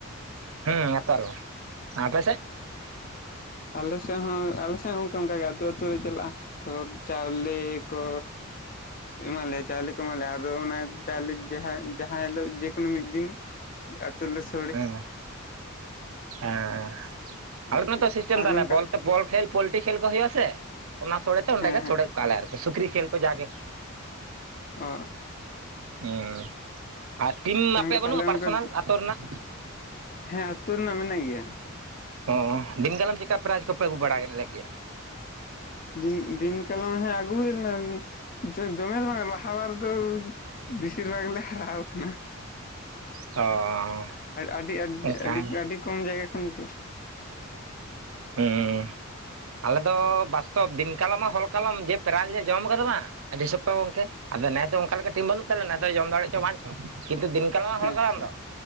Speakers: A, on the right; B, on the left.
A: ᱦᱩᱸ ᱱᱮᱨᱛᱟᱨ ᱵᱟ᱾ ᱟᱯᱮᱥᱮᱫ?
B: ᱟᱪᱪᱷᱟ᱾ ᱟᱞᱮ ᱥᱮᱫ ᱦᱚᱸ ᱟᱞᱮ ᱥᱮᱫ ᱦᱚᱸ ᱜᱚᱝᱠᱮ ᱚᱱᱠᱟᱜᱮ ᱟᱹᱛᱩ ᱟᱹᱛᱩ ᱞᱮ ᱪᱟᱞᱟᱜᱼᱟ ᱛᱟᱨᱯᱚᱨ ᱪᱟᱣᱞᱮ ᱠᱚ ᱮᱢᱟ ᱞᱮᱭᱟ ᱪᱟᱣᱞᱮ ᱠᱚ ᱮᱢᱟ ᱞᱮᱭᱟ ᱟᱨᱫᱚ ᱚᱱᱟ ᱪᱟᱣᱞᱮ ᱡᱟᱦᱟᱸ ᱡᱟᱦᱟᱸ ᱦᱤᱞᱳᱜ ᱡᱮᱠᱳᱱ ᱢᱤᱫ ᱫᱤᱱ ᱟ. ᱛᱩ ᱨᱮᱞᱮ
A: ᱦᱮᱸ ᱦᱮᱸ
B: ᱚᱱᱠᱟ
A: ᱟᱞᱮ ᱫᱚ ᱱᱚᱛᱮ ᱥᱤᱥᱴᱮᱢ
B: ᱟᱨ
A: ᱛᱟᱞᱮ
B: ᱱᱚᱝᱠᱟ
A: ᱵᱚᱞ ᱛᱮ ᱵᱚᱞ ᱠᱷᱮᱞ ᱯᱚᱞᱴᱤ ᱠᱷᱮᱞ ᱠᱚ ᱦᱩᱭᱩᱜᱼᱟ ᱥᱮ, ᱚᱱᱟ ᱥᱚᱲᱮᱛᱮ ᱚᱸᱰᱮ
B: ᱦᱮᱸ
A: ᱜᱮ
B: ᱦᱮᱸ
A: ᱥᱚᱲᱮ ᱜᱚᱫ ᱠᱚᱜ-ᱟ ᱞᱮ ᱟᱨᱠᱤ ᱥᱩᱠᱨᱤ ᱠᱷᱮᱞ ᱠᱚ ᱡᱟ ᱜᱮ᱾
B: ᱚ
A: ᱦᱩᱸ ᱟᱨ ᱴᱤᱢ
B: ᱟᱪᱪᱷᱟ ᱜᱚᱝᱠᱮ
A: ᱟᱯᱮᱭᱟᱜ
B: ᱛᱟᱦᱚᱞᱮ
A: ᱵᱟᱹᱱᱩᱜᱼᱟ
B: ᱚᱱᱠᱟ
A: ᱯᱟᱨᱥᱚᱱᱟᱞ ᱟᱛᱳ ᱨᱮᱱᱟᱜ?
B: ᱦᱮᱸ ᱟᱹᱛᱩ ᱨᱮᱱᱟᱜ ᱢᱮᱱᱟᱜ ᱜᱮᱭᱟ᱾
A: ᱚ ᱫᱤᱱᱠᱟᱞᱟᱢ ᱪᱮᱠᱟ ᱯᱨᱟᱭᱤᱡᱽ ᱠᱚᱯᱮ ᱟᱹᱜᱩ ᱵᱟᱲᱟ ᱞᱮᱫ ᱜᱮᱭᱟ?
B: ᱫᱤᱱ ᱫᱤᱱ ᱠᱟᱞᱚᱢ ᱦᱮᱸ ᱟᱜᱩ ᱦᱩᱭ ᱞᱮᱱᱟ ᱫᱚ-ᱫᱚᱢᱮ ᱫᱚ ᱵᱟᱝ ᱞᱟᱦᱟ ᱵᱟᱨ ᱫᱚ ᱵᱤᱥᱤᱨ ᱵᱷᱟᱜ ᱞᱮ ᱦᱟᱨᱟᱶ ᱠᱟᱱᱟ᱾
A: ᱚ
B: ᱟᱹᱰᱤ ᱟᱹᱰᱤ
A: ᱚᱱᱠᱟ
B: ᱟᱹᱰᱤ
A: ᱜᱮ
B: ᱟᱹᱰᱤ ᱠᱚᱢ ᱡᱟᱭᱜᱟ ᱠᱷᱚᱱ ᱜᱮ
A: ᱦᱩᱸ, ᱟᱞᱮ ᱫᱚ ᱵᱟᱥᱛᱚᱵ ᱫᱤᱱ ᱠᱟᱞᱚᱢᱟ ᱦᱚᱞᱠᱟᱞᱚᱢ ᱡᱮ ᱯᱨᱟᱭᱤᱡ ᱞᱮ ᱡᱚᱢ ᱠᱟᱫᱟ ᱵᱟᱝ ᱟᱹᱰᱤ ᱥᱚᱠᱛᱚ ᱜᱚᱢᱠᱮ ᱟᱫᱚ ᱱᱮᱥ ᱫᱚ ᱚᱱᱠᱟ ᱞᱮᱠᱟ ᱴᱤᱢ ᱵᱟᱹᱱᱩᱜ ᱛᱟᱞᱮ ᱱᱮᱥ ᱫᱚ ᱡᱚᱢ ᱫᱟᱲᱮᱜ ᱪᱚ ᱵᱟᱝ ᱪᱚ᱾ ᱠᱤᱱᱛᱩ ᱫᱤᱱ ᱠᱟᱞᱚᱢ ᱟᱨ ᱦᱚᱞ
B: ᱟᱪᱪᱷᱟ
A: ᱠᱟᱞᱚᱢ ᱫᱚ